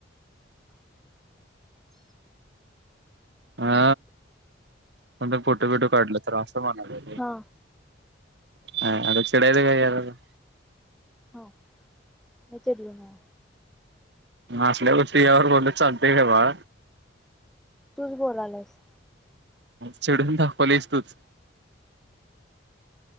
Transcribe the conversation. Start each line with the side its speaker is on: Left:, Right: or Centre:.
Centre: <unintelligible>
Right: हा पण जर फोटो बिटो काढलं तर मग असं म्हणालो.
Centre: हा
Right: अ अत चिडायच काय आता
Centre: हो मी चिडले मुळ.
Right: असल्यावरती यावर बोल चालतेय का बा
Centre: तूच स बोलालायलस.
Right: चिडून दाखवलेस तूच.